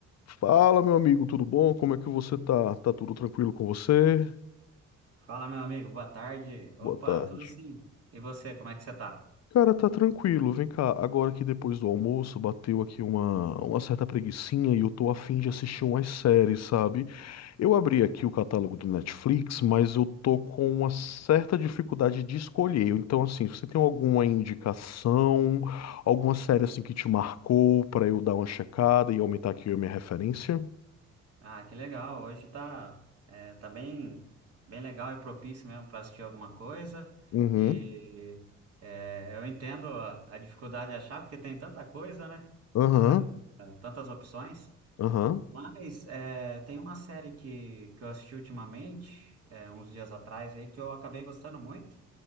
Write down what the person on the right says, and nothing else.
Fala, meu amigo, boa tarde. Opa,
tudo sim. E você, como é que você tá?
Ah, que legal. Hoje tá, é, tá bem, bem legal e propício mesmo para assistir alguma coisa.
E é, eu entendo a, a dificuldade de achar, porque tem tanta coisa, né?
Tanta, coisa, tantas opções.
Mas é, tem uma série que, que eu assisti ultimamente, é, uns dias atrás aí, que eu acabei gostando muito.